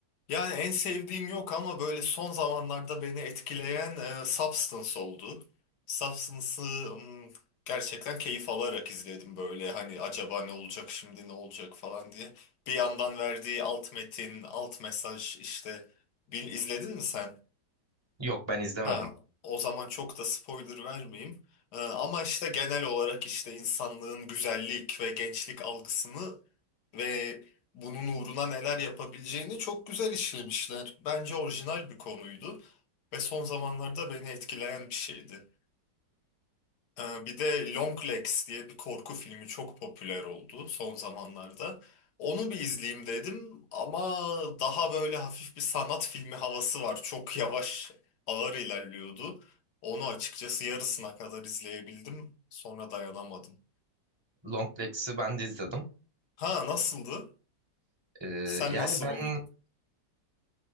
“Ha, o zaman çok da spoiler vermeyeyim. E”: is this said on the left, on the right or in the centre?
Left